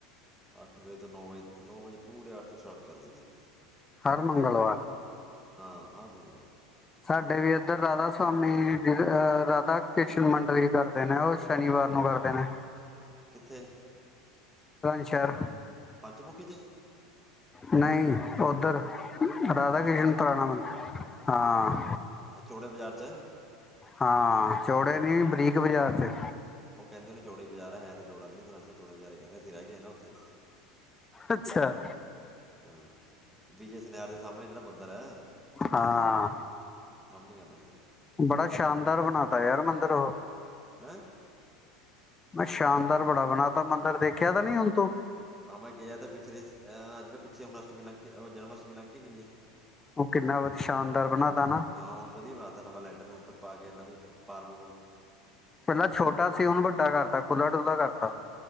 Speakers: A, in the centre; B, on the left.
A: ਅੱਠ ਵਜੇ ਤੋਂ ਨੌ ਵਜੇ, ਨੌ ਵਜੇ ਪੂਰੇ ਆਰਤੀ ਸਟਾਰਟ ਕਰ ਦਈ ਦੀ ਹੈ।
B: ਹਰ ਮੰਗਲਵਾਰ
A: ਹਾਂ, ਹਾਂ <unintelligible>
B: ਸਾਡੇ ਵੀ ਇੱਧਰ ਰਾਧਾ ਸਵਾਮੀ ਅ ਰਾਧਾ ਕ੍ਰਿਸ਼ਨ ਮੰਡਲ ਵੀ ਕਰਦੇ ਨੇ ਉਹ ਸ਼ਨੀਵਾਰ ਨੂੰ ਕਰਦੇ ਨੇ
A: ਕਿੱਥੇ
B: ਸ਼ਹਿਰ
A: ਪੰਚਮੁੱਖੀ ਚ
B: ਨਹੀਂ, ਉੱਧਰ ਰਾਧਾ ਕ੍ਰਿਸ਼ਨ ਪੁਰਾਣਾ ਹਾਂ
A: ਚੋੜੇ ਬਾਜ਼ਾਰ ਚ
B: ਹਾਂ, ਚੋੜੇ ਨੀ ਬਰੀਕ ਬਾਜ਼ਾਰ ਚ
A: ਉਹ ਕਹਿੰਦੇ ਨੇ ਚੌੜੇ ਬਾਜ਼ਾਰ ਆਇਆ ਹੈ ਤਾਂ ਚੌੜਾ ਨ ਚੋੜਾ ਬਾਜ਼ਾਰ ਕਹਿੰਦੇ ਅਸੀਂ ਰਹਿ ਕੇ ਗਏ ਨਾ, ਉੱਥੇ
B: ਅੱਛਾ
A: ਹਮ ਵਿਜੇ, ਸੁਨਿਆਰੇ ਦੇ ਸਾਹਮਣੇ ਜਿਹੜਾ ਮੰਦਿਰ ਹੈ।
B: ਹਾਂ
A: ਸਮਝ ਗਿਆ ਮੈਂ
B: ਬੜਾ ਸ਼ਾਨਦਾਰ ਬਣਾ ਤਾ ਯਾਰ ਮੰੰਦਿਰ ਉਹ
A: ਹੈਂ
B: ਮੈਂ ਸ਼ਾਨਦਾਰ ਬੜਾ ਬਣਾ ਤਾ ਮੰਦਿਰ ਦੇਖਿਆ, ਤਾਂ ਨੀ ਹੁਣ ਤੂੰ
A: ਆ ਮੈਂ ਗਿਆ ਤੇ ਪਿਛਲੇਹ ਜਿਹੜੇ ਪਿੱਛੇ ਹੁਣ ਅਸ਼ਟਮੀ ਲੰਘ ਕੇ ਜਨਮ ਅਸ਼ਟਮੀ ਲੰਘ ਕੇ ਗਈ ਹੈ
B: ਉਹ ਕਿੰਨਾ ਵਧ ਸ਼ਾਨਦਾਰ ਬਣਾ ਤਾ ਨਾ।
A: ਹਾਂ ਹੁਣ ਵਧੀਆ ਬਣਾਤਾ ਨਵਾਂ ਲੈਂਟਰ ਲੂੰਟਰ ਪਾ ਕੇ ਇਹਨਾ ਵੀ ਫਾਰਮ
B: ਪਹਿਲਾਂ ਛੋਟਾ ਸੀ ਉਹਨੂੰ ਵੱਡਾ ਕਰ ਤਾ ਖੁੱਲਾ- ਡੁੱਲਾ ਕਰ ਤਾ।